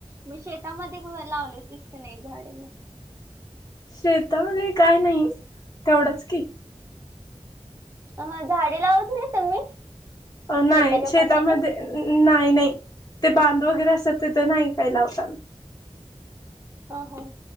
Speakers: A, on the right; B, on the left.
A: मग शेतामध्ये लावलेतीस की, नाही झाडे मग.
B: शेतामध्ये काय नाही तेवढंच की.
A: हां झाडे लावत नाही, तुम्ही
B: नाही
A: शेताच्या
B: शेतामध्ये
A: कडेने.
B: नाही नाही ते बांधू वगैरे असतं तिथं नाही काही लावता.
A: हा हो